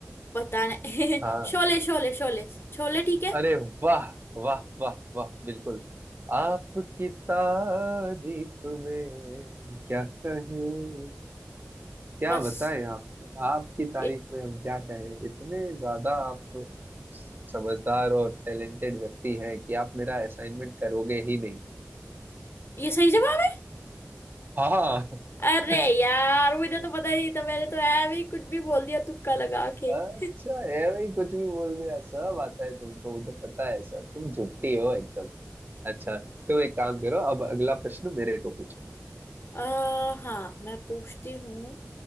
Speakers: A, on the left; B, on the right.
A: पता नहीं
B: हाँ
A: <laughs> शोले शोले शोले शोले ठीक है
B: अरे वाह वाह वाह वाह बिल्कुल आपकी तारीफ में क्या कहें क्या
A: बस
B: बताएं आप आपकी तारीफ
A: ये
B: में हम क्या कहें इतने ज्यादा आप समझदार और टैलेंटेड व्यक्ति हैं कि आप मेरा असाइनमेंट करोगे ही नहीं
A: ये सही जवाब है
B: हाँ
A: अरे
B: <laughs>
A: यार मुझे तो पता ही नहीं था मैंने तो है भी कुछ भी बोल दिया तुक्का लगा के
B: अच्छा
A: <laughs>
B: है भाई कुछ भी बोल दिया सब आता है तुमको मुझे पता है सर तुम झुट्टी हो एकदम अच्छा तुम एक काम करो अब अगला प्रश्न मेरे को पूछो
A: आ, हाँ मैं पूछती हूँ